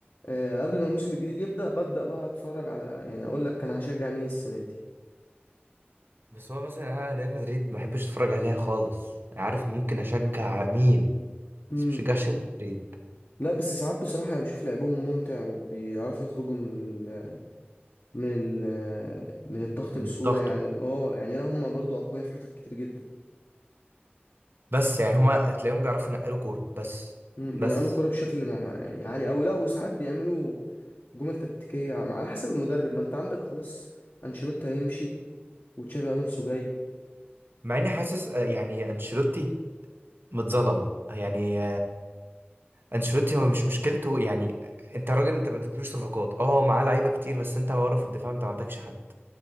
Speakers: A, on the left (about 70°); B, on the right (about 60°).
A: آه، قبل ما الموسم الجديد يبدا ببدا بقى اتفرج على يعني اقول لك انا هشجع مين السنه دي
B: بس هو مثلا انا ريال مدريد ما بحبش اتفرج عليها خالص عارف ممكن اشجع مين
A: مم.
B: بس ما بشجعش ريال مدريد
A: لا بس ساعات بصراحه انا بشوف لعبهم ممتع وبيعرفوا يخرجوا من ال من ال من الضغط
B: من
A: بسهوله
B: الضغط
A: يعني اه يعني لا هم برضو اقوياء في حتت كتير جدا
B: بس يعني هما تلاقيهم بيعرفوا ينقلوا كورة بس
A: مم،
B: بس
A: بينقلوا الكرة بشكل مع يعني عالي أوي لا وساعات بيعملوا جمل تكتيكية عم- على حسب المدرب ما انت عندك خلاص انشيلوتي هيمشي وتشابي الونسو جاي
B: مع اني حاسس آه، يعني انشيلوتي متظلم يعني انشيلوتي هو مش مشكلته يعني انت راجل انت ما اديتلوش صفقات اه معاه لعيبه كتير بس انت ورا في الدفاع انت ما عندكش حد